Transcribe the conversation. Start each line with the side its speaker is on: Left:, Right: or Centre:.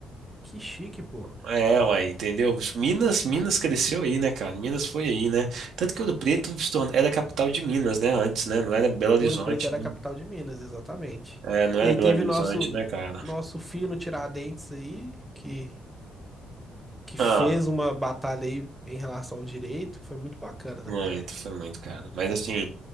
Centre: Que chique, pô.
Right: É, uai, entendeu? Bicho, Minas, Minas cresceu aí, né, cara? Minas foi aí, né? Tanto que Ouro Preto se tornou, era a capital de Minas, né? Antes, né? Não era Belo Horizonte,
Centre: Ouro Preto era
Right: né?
Centre: a capital de Minas, exatamente.
Right: É, não era
Centre: E aí
Right: Belo
Centre: teve
Right: Horizonte,
Centre: nosso
Right: né, cara?
Centre: nosso fino Tiradentes aí, que, que
Right: Ah,
Centre: fez uma batalha aí em relação ao direito, que foi muito bacana
Right: muito,
Centre: também, né?
Right: foi muito, cara. Mas assim,